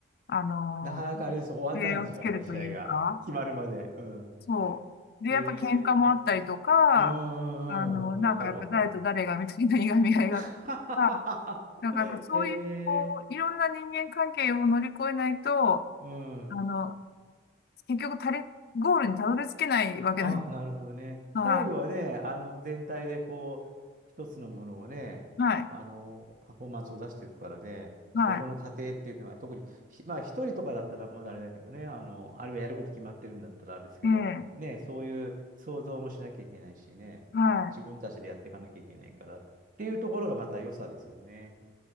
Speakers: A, on the left; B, on the right.
A: あの、
B: なかなかあれです。終わんないんですよ、
A: 礼をつけるというか、
B: 話し合いが。決まるまで。うん。
A: そう。で、
B: へ
A: やっぱ喧嘩もあったりとか、
B: えうんうんうんうん。
A: あの、なんかやっぱ誰と誰がみたいないがみ合いがあったりとか、
B: わかるわかる。<laughs>
A: なんかやっぱそういう、
B: へえ。
A: こう、いろんな人間関係を乗り越えないと、
B: うん。
A: あの、結局たれ、ゴールにたどり着けないわけなんです。
B: ああ、なるほどね。
A: は
B: 最後はね、あの全体でこう、一つのものをね、
A: い。はい。
B: あの、パフォーマンスを出していくからね、
A: は
B: そこの過程っていうのが、特に、ひまあ、一人とかだったらまだあれだけどね、あの、あるいはやること決まってるんだったらあれですけど、
A: い。ええ。
B: ね、そういう想像もしなきゃいけないしね、
A: はい。
B: 自分たちでやっていかなきゃいけないからっていうところがまた良さですよね。